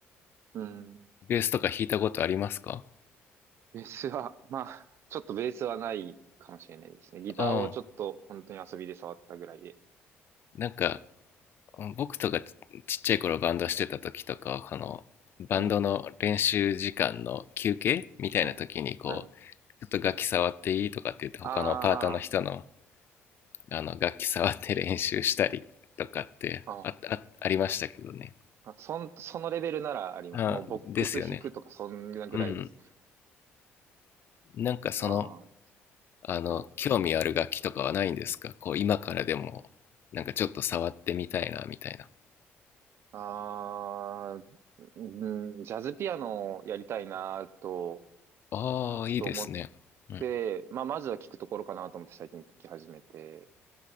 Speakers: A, on the right; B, on the left.
A: うん。
B: ベースとか弾いたことありますか
A: ベースは、まあ、ちょっとベースはないかもしれないですね。ギターをちょっと本当に遊びで触ったぐらいで。
B: うん。なんか、僕とかちちっちゃい頃バンドしてた時とかこのバンドの練習時間の休憩みたいな時にこうちょっと楽器触っていいとかって言って他のパートの人の
A: はい、はい、はい。ああ
B: あの楽器触って練習したりとかってああありましたけどね
A: あ、あ、そん、そのレベルならあります。
B: あですよね
A: もうボックス弾くとかそんなぐらいです。
B: うんなんかその
A: あ
B: あの興味ある楽器とかはないんですかこう今からでもなんかちょっと触ってみたいなみたいな
A: あ、はい。あうん、ジャズピアノをやりたいなと、
B: ああいいですねうん
A: ちょっと思って、まあ、まずは聞くところかなと思って最近聞き始めて、